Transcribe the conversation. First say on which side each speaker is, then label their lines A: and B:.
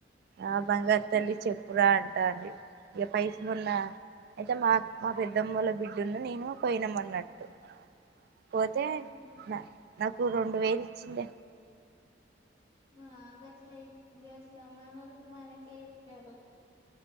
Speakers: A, on the right; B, on the right.
A: ఆ బంగారు తల్లి చెప్పురా అంటాండి ఇక పైస మోన్నా అయితే మా మా పెద్దమ్మోల్ల బిడ్డన్ను నేను పోయినాం అన్నట్టు పోతే
B: ఉహు
A: నా నాకు రెండు వేలు ఇచ్చింది
B: ఆ గట్ల ఇ గట్ల మనోళ్లు మనకే ఇస్తారు